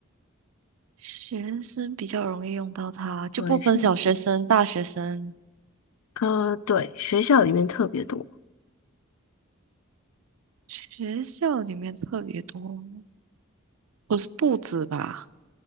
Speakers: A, on the right; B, on the left.
A: 学生比较容易用到它，就不分小学生、
B: 对，是，
A: 大学生。
B: 呃，对，学校里面特别多，
A: 学校里面特别多，不是簿子吧？